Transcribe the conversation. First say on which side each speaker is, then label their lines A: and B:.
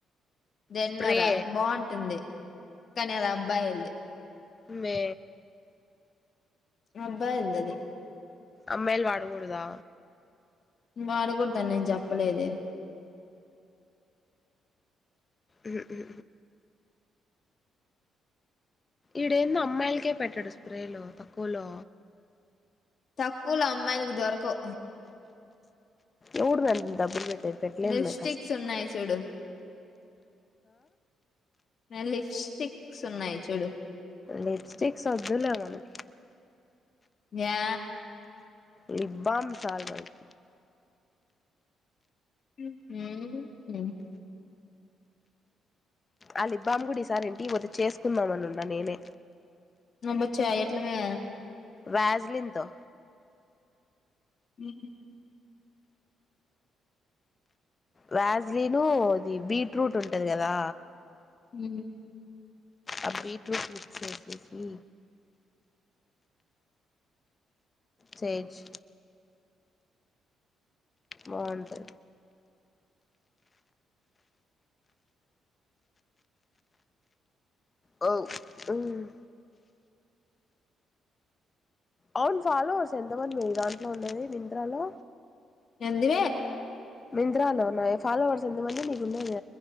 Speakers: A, on the left; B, on the left.
A: జన్వరా
B: స్ప్రే
A: బాగుంటుంది కానీ అది అబ్బాయిలిది
B: మే
A: అబ్బాయిలది
B: అమ్మాయిలు వాడకూడదా
A: వాడకూడదని నేను చెప్పలేదే
B: ఉ ఉ ఈడేందో అమ్మాయిలకే పెట్టడు స్ప్రేలో తక్కువలో
A: తక్కువలో అమ్మాయిలకు దొరకవ్
B: ఎవడు మ డబ్బులు పెట్ పెట్టట్లేం
A: లిప్స్టిక్స్
B: లే కష్టం
A: ఉన్నాయి చూడు లిప్స్టిక్స్ ఉన్నాయి చూడు
B: లిప్స్టిక్స్ వద్దులే మనకి
A: యా
B: లిబ్బామ్ సాల్ మాకి
A: మ్మ్ మ్మ్
B: ఆ లిబ్బాం గుడి ఈసారి ఇంటిపోతే చేసుకుందామనున్నా నేనే
A: బచ్చా ఎట్లమే
B: వ్యాజలిన్తో
A: మ్మ్
B: వ్యాజ్లీను ఇది బీట్రూట్ ఉంటది కదా
A: మ్మ్
B: ఆ బీట్రూట్ మిక్స్ చేసేసి చేేచ్ బాగుంటది వు మ్మ్ అవును ఫాలోర్స్ ఎంతమంది మీరు దాంట్లో ఉన్నది మింత్ర లో
A: ఏంది
B: మింద్రాలోన్నా ఫాలోోవర్స్ ఎంత మంది నీకు ఉండేది